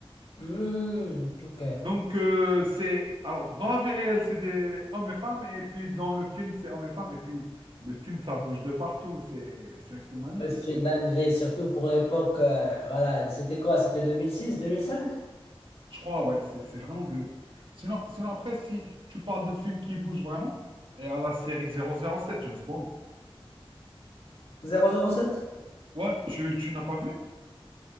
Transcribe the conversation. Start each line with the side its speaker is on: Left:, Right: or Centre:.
Left: Hmm, ok.
Right: Donc euh, c'est, alors, dans la vie réelle, c'est des hommes et femmes, et puis dans le film, c'est hommes et femmes, et puis le film, ça bouge de partout. C'est, c'est un film magnifique,
Left: Ouais, C'est
Right: celui-là.
Left: une dinguerie, surtout pour l'époque. euh, voilà, c'était quoi? C'était deux deux mille mille six deux mille cinq
Right: Je crois, ouais, c'est, c'est vraiment vieux. Sinon, sinon après, si tu parles de films qui bougent vraiment, et à la série 007, James Bond,
Left: zéro zéro sept
Right: ouais, tu, tu n'as pas vu?